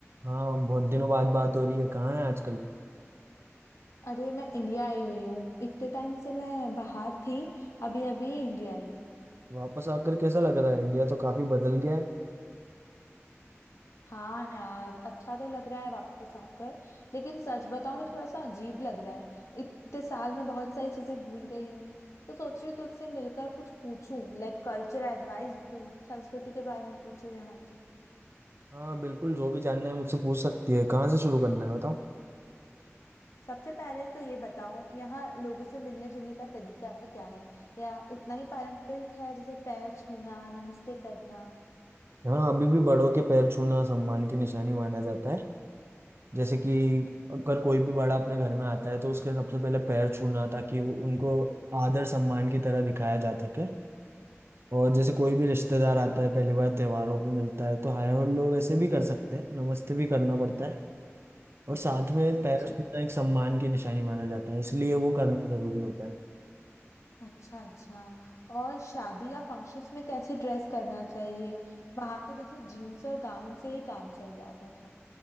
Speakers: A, on the right (about 55°); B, on the left (about 85°).
A: हाँ बहुत दिनों बाद बात हो रही है कहाँ है आजकल
B: अरे मैं इंडिया आई हुई हूँ इतने टाइम से मैं बाहर थी अभी अभी इंडिया आई हूँ
A: वापस आकर कैसा लग रहा है इंडिया तो काफी बदल गया है
B: हाँ यार अच्छा तो लग रहा है वापस आकर लेकिन सच बताऊँ तो थोड़ा सा अजीब लग रहा है इतने साल में बहुत सारी चीजें भूल गई हूँ तो सोच रही हूँ तुझसे मिलकर कुछ पूछूं लाइक कल्चरल एडवाइस दूं संस्कृति के बारे में पूछूं यहाँ की
A: हाँ बिल्कुल जो भी जानना है मुझसे पूछ सकती है कहाँ से शुरू करना है बताओ
B: सबसे पहले तो ये बताओ यहाँ लोगों से मिलने जुलने का तरीका क्या है या उतना ही पारंपरिक है जैसे पैर छूना नमस्ते करना
A: हाँ अभी भी बड़ों के पैर छूना सम्मान की निशानी माना जाता है जैसे कि अगर कोई भी बड़ा अपने घर में आता है तो उसके सबसे पहले पैर छूना ताकि उनको आदर सम्मान की तरह दिखाया जा सके और जैसे कोई भी रिश्तेदार आता है पहली बार त्योहारों पे मिलता है तो हाय हेलो वैसे भी कर सकते हैं नमस्ते भी करना पड़ता है और साथ में
B: अच्छा
A: पैर छूना एक सम्मान की निशानी माना जाता है इसलिए वो करना जरूरी होता है
B: अच्छा अच्छा और शादी या फंक्शंस में कैसे ड्रेस करना चाहिए वहां तो जैसे जीन्स और गाउन से ही काम चल जाता था